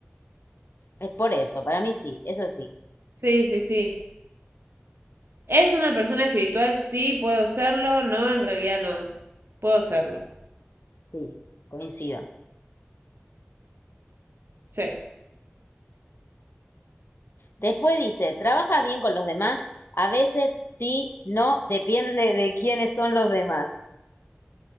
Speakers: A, on the left; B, on the right.
A: Es por eso, para mí sí, eso sí.
B: Sí, sí, sí. ¿Es una persona espiritual? Sí, puedo serlo. No, en realidad no. Puedo serlo.
A: Sí, coincido.
B: Sí.
A: Después dice, ¿trabajas bien con los demás? A veces sí, no, depende de quiénes son los demás.